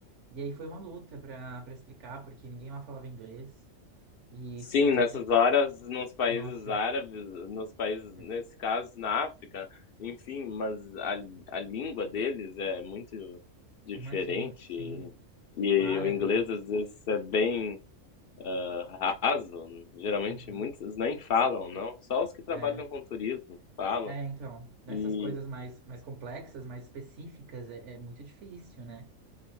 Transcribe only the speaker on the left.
Sim,
nessas
horas, nos países
árabes, nos países,
nesse caso, na África, enfim, mas a, a língua deles é muito diferente.
E, e
o inglês, às vezes, é bem ah, raso. Geralmente,
muitos nem falam, não. Só os que trabalham
com turismo falam.
E